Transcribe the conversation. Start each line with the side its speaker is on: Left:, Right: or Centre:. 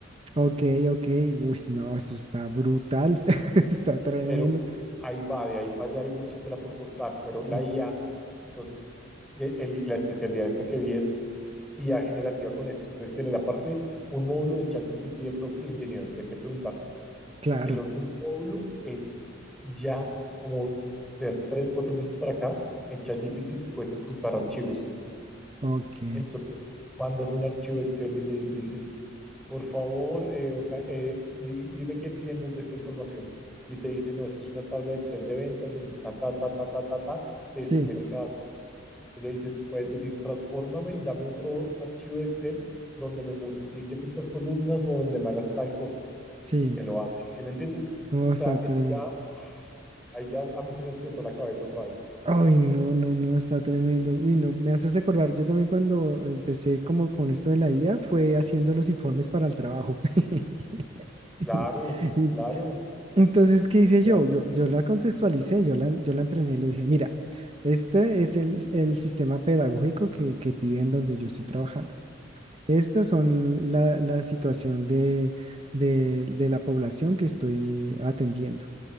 Right: Ok, ok. Uy, no, eso está brutal. <laughs> Está tremendo.
Centre: pero ahí va, de ahí para allá hay mucha tela por cortar, pero
Right: Sí,
Centre: la IA, entonces de- el- la especialidad esta que vi es IA generativa con esto, entonces tiene la parte, un módulo de ChatGPT de Prompt Engineering, de qué preguntarle.
Right: claro.
Centre: El otro módulo es ya como de hace tres, cuatro meses para acá, en ChatGPT tú puedes apuntar archivos.
Right: Ok.
Centre: Entonces tú mandas un archivo Excel y le dices, por favor, eh, orga- eh, di- dime qué entiendes de esta información. Y te dice, no, esto es una tabla de Excel de ventas donde está ta, ta, ta, ta, ta, ta, te
Right: Sí,
Centre: escriben a cada cosa. Tú le dices, puedes decir, transfórmame y dame otro archivo de Excel donde me multipliques estas columnas o donde me hagas tal cosa.
Right: sí.
Centre: Y te lo hace. ¿Sí me entiendes?
Right: No, está
Centre: O sea,
Right: tremendo.
Centre: eso ya, ahí ya a mí se me explotó la cabeza otra vez.
Right: Ay, no, no, no, está tremendo. Uy, no, me haces acordar. Yo también cuando empecé como con esto de la IA fue haciendo los informes para el trabajo. <laughs> Y-
Centre: Claro,
Right: y-
Centre: claro.
Right: Entonces,
Centre: que lo
Right: ¿qué hice
Centre: hacía?
Right: yo? Yo, yo la contextualicé, yo la, yo la entrené, le dije, mira, este es el, el sistema pedagógico que, que piden donde yo estoy trabajando. Estas son la, la situación de, de- de la población que estoy atendiendo.